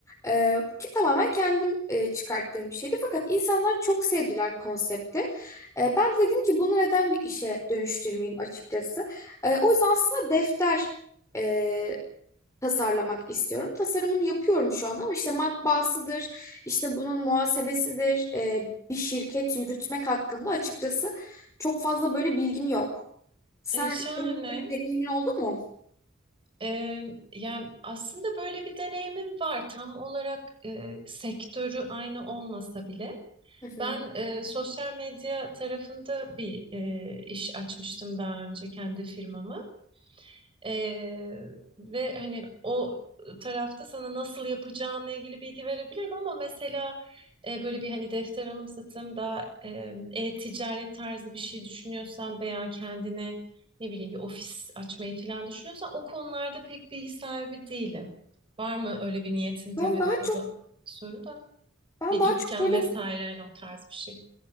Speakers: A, on the left (about 15°); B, on the right (about 25°).
A: E, ki tamamen kendim e, çıkarttığım bir şeydi. Fakat insanlar çok sevdiler konsepti. E, ben de dedim ki bunu neden bir işe dönüştürmeyeyim açıkçası. E, o yüzden aslında defter e, tasarlamak istiyorum. Tasarımını yapıyorum şu an ama işte matbaasıdır, işte bunun muhasebesidir, e, bir şirket yürütmek hakkında açıkçası çok fazla böyle bilgim yok. Sen
B: E, şahane.
A: senin böyle bir deneyimin oldu mu?
B: E, yani aslında böyle bir deneyimim var. Tam olarak e, sektörü aynı olmasa bile.
A: Hı hı.
B: Ben e, sosyal medya tarafında bir e, iş açmıştım daha önce kendi firmama. Ee, ve hani o tarafta sana nasıl yapacağınla ilgili bilgi verebilirim ama mesela e, böyle bir hani defter alım satım daha e, e-ticaret tarzı bir şey düşünüyorsan veya kendine ne bileyim bir ofis açmayı falan düşünüyorsan o konularda pek bilgi sahibi değilim. Var mı öyle bir niyetin tabii
A: Ben daha
B: o
A: çok
B: da soru da
A: ben
B: bir
A: daha
B: dükkan
A: çok böyle
B: vesaire hani o tarz bir şey.